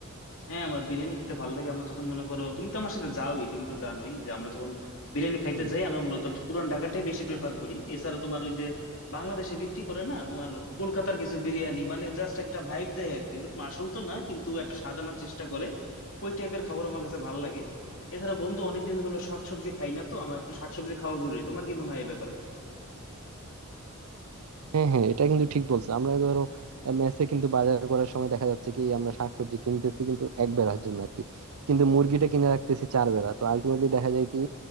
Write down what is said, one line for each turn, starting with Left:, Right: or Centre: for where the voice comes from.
Left: হ্যাঁ আমার বিরিয়ানি খেতে ভালো লাগে আমার যখন মনে করো তুমি তো আমার সাথে যাওই তুমি তো জানোই যে আমরা যখন বিরিয়ানি খাইতে
Right: হুম।
Left: যাই আমরা মূলত পুরান ঢাকাটাই বেশি প্রেফার করি এছাড়া তোমার ওই যে বাংলাদেশে বিক্রি করে না তোমার কলকাতার কিছু বিরিয়ানি মানে জাস্ট একটা ভাইব দেয় আর কি ওরকম আসল তো না কিন্তু একটা স্বাদ আনার চেষ্টা করে ওই টাইপের খাবার আমার কাছে ভালো লাগে এছাড়া বন্ধু অনেকদিন হলো শাকসবজি খাই না তো আমার একটু শাকসবজি খাওয়া জরুরি তোমার কি মনে হয় এ ব্যাপারে
Right: হ্যাঁ হ্যাঁ এটা কিন্তু ঠিক বলছো আমরা ধরো আহ, মেসে কিন্তু বাজার করার সময় দেখা যাচ্ছে কি আমরা শাকসবজি কিনতেছি কিন্তু এক বেলার জন্য আর কি কিন্তু মুরগিটা কিনে রাখতেছি চার বেলা তো আলটিমেটলি দেখা যায় কি